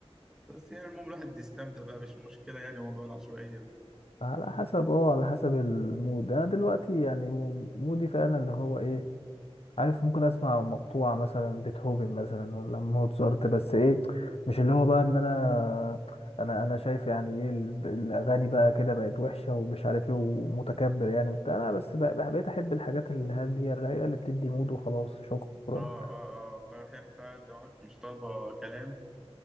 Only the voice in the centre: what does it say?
بس يعني المهم الواحد يستمتع بقى مش مشكله يعني موضوع العشوائيه ده
اه اه اه لا احيانا فعلا لو أنا مش طالبه كلام